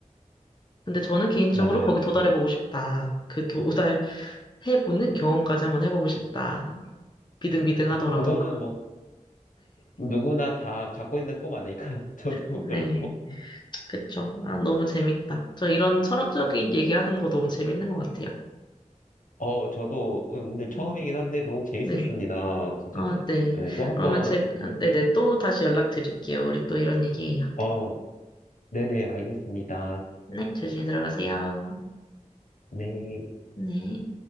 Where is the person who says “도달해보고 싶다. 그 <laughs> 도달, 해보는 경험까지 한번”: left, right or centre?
Left